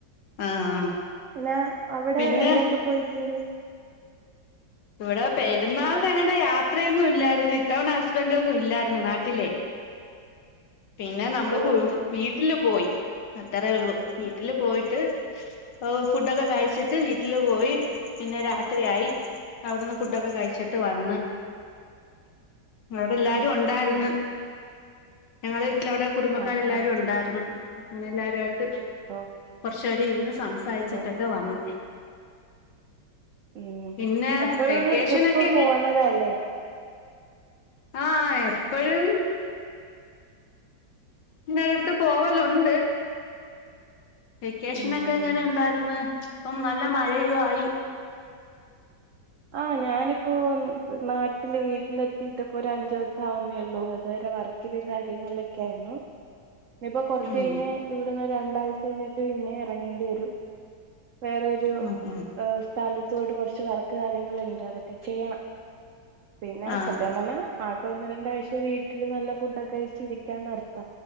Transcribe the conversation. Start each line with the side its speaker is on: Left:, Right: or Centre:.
Left: ആഹ്
Right: പിന്നേ അവിടെ
Left: പിന്നെ
Right: എവിടൊക്കെ പോയിട്ടുണ്ട്
Left: ഇവ്ടെ പെരുന്നാളിനിങ്ങനെ യാത്രയൊന്നും ഇല്ലായിരുന്നു ഇത്തവണ ഹസ്ബന്റോന്നും ഇല്ലായിരുന്നു നാട്ടില് പിന്നെ നമ്മള്
Right: ഓ
Left: കൂ വീട്ടില് പോയി അത്രേ ഉള്ളൂ വീട്ടില് പോയിട്ട് ഓ ഫുഡൊക്കെ കഴിച്ചിട്ട് വീട്ടില് പോയി പിന്നെ രാത്രിയായി അവിടുന്ന് ഫുഡൊക്കെ കഴിച്ചിട്ട് വന്ന് അവിടെ എല്ലാ റ്റു ഒണ്ടാരുന്നു
Right: ഓ
Left: ഞങ്ങളെ വീട്ടിലവിടെ കുടുംബക്കാരെല്ലാരും
Right: ആഹ് ആഹ്
Left: ഒണ്ടാരുന്നു അങ്ങനെ എല്ലാരായിട്ട്
Right: ഓ
Left: കൊറച്ചേരം ഇരുന്ന് സംസാരിച്ചിട്ടൊക്കെ
Right: ഓ
Left: വന്നു
Right: ഉം
Left: പിന്നെ
Right: എപ്പോഴും
Left: വെക്കേഷനൊക്കെ
Right: ഒരു ട്രിപ്പ് പോവ്ന്നതല്ലേ
Left: ആ എപ്പഴും പിന്നെരോട്ത്ത് പോവല്ണ്ട് വെക്കേഷനൊക്കെങ്ങനെ
Right: ഉം
Left: ഉണ്ടാര്ന്ന് ഇപ്പം നല്ല മയയു ആയി
Right: ആ ഞാനിപ്പോ നാട്ടില് വീട്ടിലെത്തിട്ട്പ്പോ ഒരഞ്ചൂസം ആവുന്നേ ഉള്ളൂ അതേരെ വർക്കിലും കാര്യങ്ങളിലൊക്കാരുന്നു ഇഞ്ഞ്പ്പൊ കൊറച്ച്യ്ഞ്ഞ്
Left: ഉം
Right: ഇവിടുന്ന് രണ്ടാഴ്ചഴിഞ്ഞിട്ട് പിന്നെ ഇറങ്ങേണ്ടി വരും വേറൊരു
Left: ഉം ഉം
Right: അ സ്ഥലത്തോട്ട് കുറച്ച് നട കാര്യങ്ങളുണ്ട് അതൊക്കെ ചെയ്യണം പിന്നെ
Left: ആഹ്
Right: സത്യം പറഞ്ഞാ ആകൊന്ന് രണ്ട് ഒരാഴ്‌ച വീട്ടിൽ നല്ല ഫുഡൊക്കെയിച്ചിരിക്കാന്നർ ത്ത